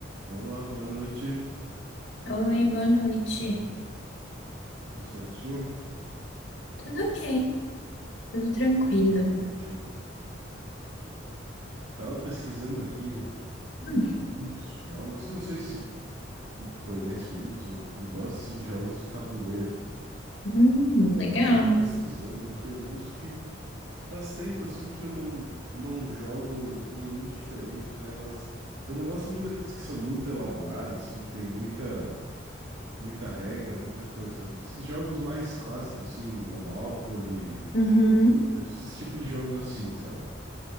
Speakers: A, on the right (about 70°); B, on the left (about 70°).
A: Olá, boa noite.
B: Oi, boa noite.
A: Tudo certinho?
B: Tudo ok, tudo tranquilo.
A: Então tá ótimo. Tava pesquisando aqui um-
B: Hum.
A: uns jogos. Eu não sei se tu conhece muitos ou tu gosta assim, de jogos de tabuleiro,
B: Hum,
A: né?
B: legal.
A: Eu tava pesquisando aqui alguns que faz tempo assim que eu não, não jogo nenhum diferente, né? Mas eu não gosto muito daqueles que são muito elaborados, assim, que tem muita muita regra, muita coisa, sabe? Esses jogos mais clássicos, assim, Monopoly,
B: Uhum.
A: né? esses tipos de jogos assim, sabe?